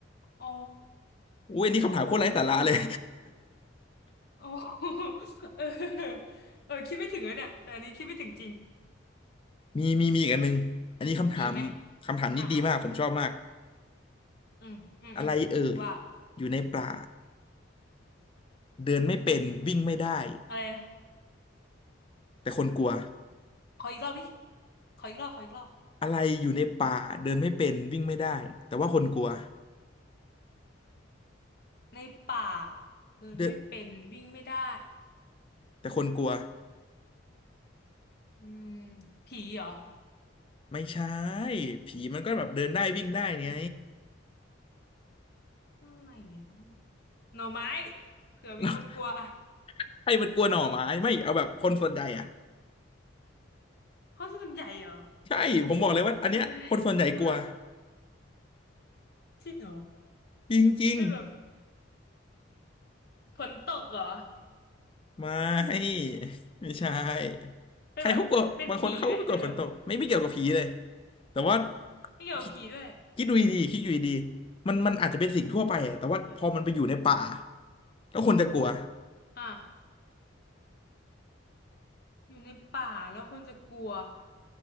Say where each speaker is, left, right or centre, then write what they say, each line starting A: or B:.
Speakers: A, on the left; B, on the left.
A: อ๋อ
B: อุ้ยอันนี้คำถามโคตรไร้สาระเลย
A: อ๋อเออว่ะอ๋อเออ เออ คิดไม่ถึงเลยเนี่ยแต่อันนี้คิดไม่ถึงจริง
B: <laughs> มีมีมีอีกอันหนึงอันนี้คำถาม
A: โอมีอีกไหม
B: คำถามนี้ดีมาก
A: อ่ะอ่ะ
B: ผมชอบมาก
A: อืม อืม
B: อะไรเอ่ย
A: อืมว่า
B: อยู่ในป่าเดินไม่เป็นวิ่งไม่ได้
A: อะไรนะ
B: แต่คนกลัว
A: ขออีกรอบดิขออีกรอบขออีกรอบ
B: อะไรอยู่ในป่าเดินไม่เป็นวิ่งไม่ได้แต่ว่าคนกลัว
A: ในป่า เดินไม่เป็น
B: เดิน
A: วิ่งไม่ได้
B: แต่คนกลัว
A: อืมผีเหรอ
B: ไม่ใช่ผีมันก็แบบเดินได้วิ่งได้ไง
A: อืมอะไรอ่ะเนี่ยหน่อไม้เผื่อมีคนกลัวอ่ะ
B: <laughs> ให้มันกลัวหน่อไม้ไม่เอาแบบคนส่วนใหญ่อ่ะ
A: เพราะส่วนใหญ่เหรอ
B: ใช่ผมบอกเลยว่าอันเนี้ยคนส่วนใหญ่กลัว
A: เฮ้ยเออจริงเหรอ
B: จริง
A: เป็นแบบฝนตกเหรอ
B: ๆไม่ไม่ใช่
A: เป็นแบบเป็นผีไหมเป็นแบบ
B: ใครเขากลัวบางคนเขาก็ไม่กลัวฝนตกไม่ไม่เกี่ยวกับผีเลยแต่ว่า
A: ไม่เกี่ยวกับผีด้วย
B: คิดคิดดูดีๆคิดดูดีๆมันมันอาจจะเป็นสิ่งทั่วไปอะแต่ว่าพอมันไปอยู่ในป่า
A: แบบ
B: แล้วคนจะกลัว
A: อ่ะอยู่ในป่าแล้วคนจะกลัว